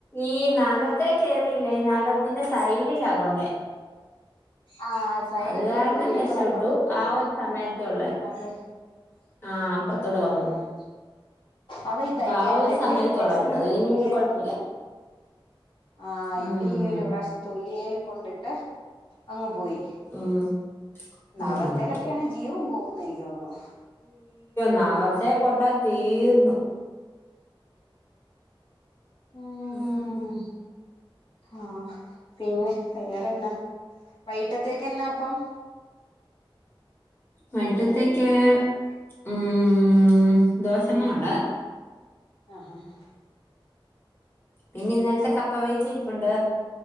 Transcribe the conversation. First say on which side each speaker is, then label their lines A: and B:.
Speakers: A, on the left (about 25°); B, on the left (about 70°).
A: ഈ നഖത്തെ കേ റിയില്ല ഈ നഖത്തിന്റെ സൈഡിലാ കൊണ്ടേ
B: ആഹ് സൈഡിൽ
A: അത് കാരണം
B: കയറി തൊലി
A: രക്ഷപ്പെട്ടു
B: കൂടെ അപ്പുറത്തോട്ട് വരും
A: ആ ഒരു സമയത്തെ ഒള്ളായി
B: അത്
A: ആഹ് അപ്പറത്തൂടെ
B: ആഹ്
A: വന്നു.
B: അതാ ഈ
A: അപ്പൊ
B: തയ്ക്കാൻ
A: ആ
B: ഇരുന്ന എന്റെ
A: സമയത്തുള്ളായിരുന്നു
B: ഒരു <unintelligible>
A: അത് കഴിഞ്ഞ് പിന്നെ കൊഴപ്പില്ല
B: ആഹ്
A: ഉം
B: എന്റെ ഈ ഒരു പ്രാവശ്യം തൊലിയെൽ കൊണ്ടിട്ട് അങ്ങ് പോയി
A: ഉം
B: നഖത്തേലൊക്കെയാണ്
A: ഉം
B: ജീവം പോകുന്ന എനിക്ക് തോന്നുന്നു.
A: നഖത്തെ കൊണ്ട തീർന്നു
B: ഉം
A: മ് മ്
B: ആഹ് പിന്നെ വേറെന്നാ? വൈകിട്ടത്തേക്കെന്നാ അപ്പം?
A: വൈട്ടത്തേക്ക് മ് ദോശമാവ് ഒണ്ട്.
B: ആഹ് ഹാ ഹാ
A: പിന്നെ ഇന്നലത്തെ കപ്പ വേവിച്ച ഇരിപ്പുണ്ട്,